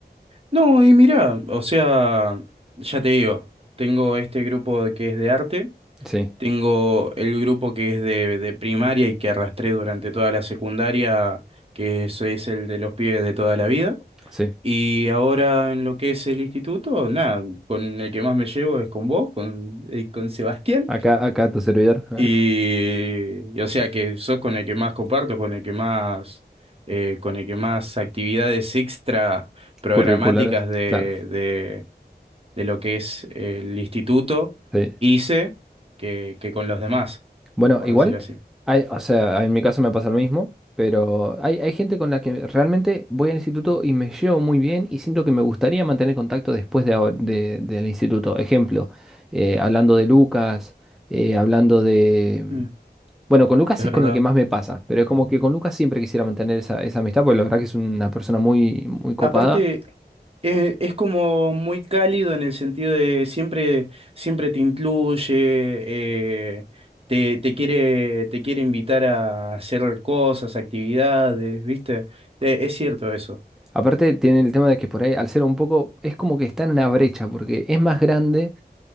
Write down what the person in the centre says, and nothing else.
Sí,
sí.
Acá, acá tu servidor. eh,
Curriculares.
Claro.
Sí.
Bueno,
igual,
hay, o sea, en mi caso me pasa lo mismo, pero hay, hay gente con la que realmente voy al instituto y me llevo muy bien y siento que me gustaría mantener contacto después de, ahora- de- del instituto. Ejemplo, eh, hablando de Lucas, eh, hablando de...
Bueno, con Lucas
es
con el que más me pasa, pero es como que con Lucas siempre quisiera mantener esa, esa amistad, porque la verdad que es una persona muy, muy copada.
Aparte, tiene el tema de que por ahí, al ser un poco, es como que está en una brecha, porque es más grande